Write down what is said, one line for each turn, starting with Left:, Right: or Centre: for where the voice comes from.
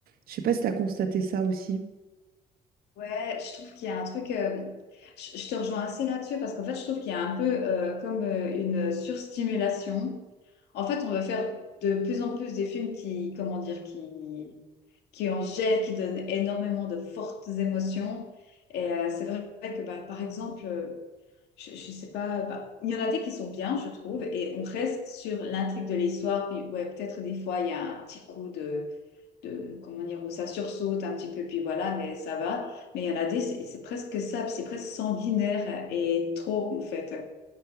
Right: Je sais pas si tu as constaté ça aussi.
Left: Ouais, je trouve qu'il y a un truc. euh, je, je te rejoins assez là-dessus parce qu'en fait, je trouve qu'il y a un peu euh, comme euh, une surstimulation. En fait, on veut faire de plus en plus des films qui, comment dire, qui, qui en jettent, qui donnent énormément de fortes émotions. Et euh, c'est vrai que, bah, par exemple, euh, je, je sais pas, bah, il y en a des qui sont bien, je trouve, et on reste sur l'intrigue de l'histoire. Puis, ouais, peut-être des fois, il y a un petit coup de de comment dire où ça sursaute un petit peu puis voilà mais ça va mais il y en a des c'est c'est presque ça c'est presque sanguinaire et trop en fait